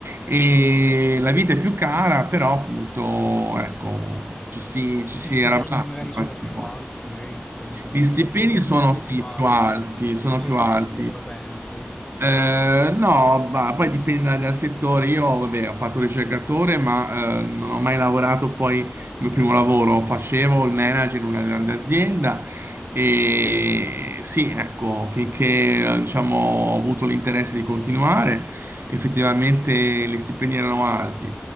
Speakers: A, on the right; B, on the left.
A: e la vita è più cara, però appunto ecco, ci si, ci
B: Gli
A: si
B: stipendi
A: arrabatta
B: magari
A: in
B: sono
A: qualche
B: più
A: modo.
B: alti, magari gli stipendi sono
A: Gli
B: anche
A: stipendi
B: leggermente
A: sono sì
B: più alti,
A: più alti,
B: leggermente
A: sono più alti,
B: però penso.
A: eh, no, ma poi dipende da- dal settore. Io, vabbè, ho fatto ricercatore, ma eh, non ho mai lavorato poi come primo lavoro. Facevo il manager in una grande azienda e sì, ecco, finché eh, diciamo, ho avuto l'interesse di continuare, effettivamente gli stipendi erano alti,